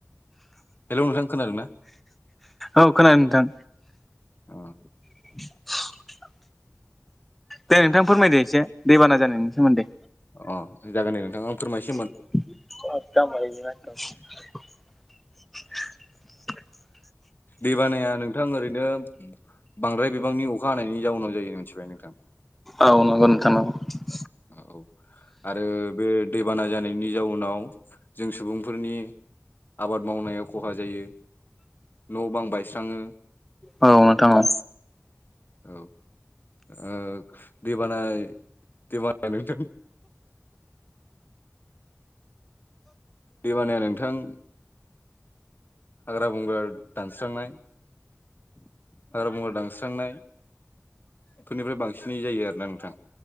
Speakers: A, on the left; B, in the centre.
A: हेल' नोंथां खोनादोंना
B: औ खोनादों नोंथां।
A: अ
B: <unintelligible> दे नोंथां फोरमायदो एसे दैबाना जानायनि सोमोन्दै?
A: अ जागोन दे नोंथां आं फोरमायसि
B: <unintelligible>
A: दै बानाया नोंथां ओरैनो बांद्राय बिबांनि अखा हानायनि जाउनाव जायो मिथिबाय नोंथां।
B: औ <unintelligible>
A: औ आरो बे दैबाना जानाय नि जाउनाव जों सुबुंफोरनि आबाद मावनायाव खहा जायो। न' बां बायस्राङो।
B: औ नोंथां औ
A: औ ओ दै बाना दै बाना <inaudible> दैबानाया नोंथां हाग्रा बंग्रा दानस्रांनाय <unintelligible> दानस्रांनाय फोरनिफ्राय बांसिनै जायो आरोना नोंथां।